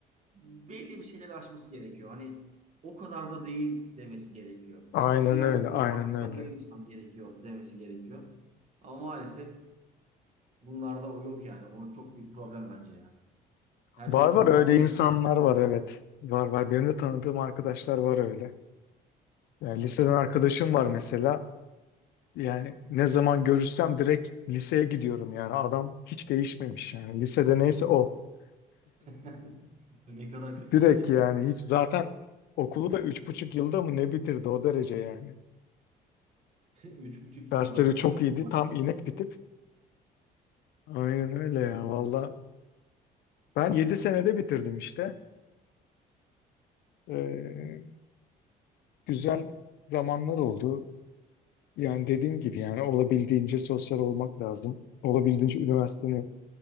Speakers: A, on the right; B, on the left.
A: belli bir şeyleri aşması gerekiyor. Hani o kadar da değil demesi gerekiyor.
B: Aynen
A: Biraz
B: öyle,
A: böyle
B: aynen
A: farklı
B: öyle.
A: kafaya geçmem gerekiyor demesi gerekiyor. Ama maalesef bunlarda o yok yani. O çok büyük problem bence ya. Her
B: Var
A: insanın
B: var öyle
A: bu konuda
B: insanlar var evet. Var var. Benim de tanıdığım arkadaşlar var öyle. Yani liseden arkadaşım var mesela. Yani ne zaman görüşsem direkt liseye gidiyorum yani. Adam hiç değişmemiş yani. Lisede neyse o. <laughs>
A: <laughs> ne kadar kötü
B: Direkt
A: bir şey
B: yani
A: ya.
B: hiç zaten okulu da üç buçuk yılda mı ne bitirdi o derece yani.
A: <laughs> Üç buçuk
B: Dersleri
A: yılda
B: çok iyiydi.
A: maşallah.
B: Tam inek bitip. Aynen öyle ya valla. Ben yedi senede bitirdim işte. Ee, güzel zamanlar oldu. Yani dediğim gibi yani olabildiğince sosyal olmak lazım. Olabildiğince üniversitenin